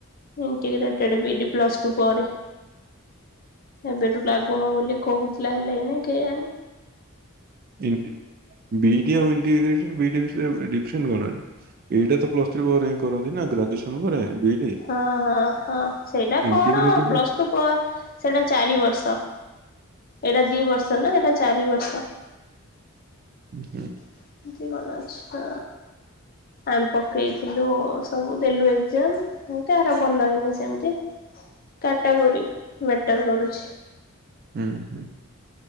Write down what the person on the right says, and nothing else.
ଇଣ୍ଟ ବି ବି ଆଉ ଇଣ୍ଟି ଭିତ୍ ବି ଡ଼ି ଭିତରେ ଡିଫରେଣ୍ଟ କଣ? ଏଇଟା ତ ପ୍ଲସ ଥ୍ରୀ ପରେ ହିଁ କରନ୍ତି ନା। ଗ୍ରାଜୁଏସନ ପରେ ବିଇଡି
ଇଣ୍ଟିଗ୍ରେଟେଡ
ହୁଁ
ହୁଁ।
ହୁଁ ହୁଁ।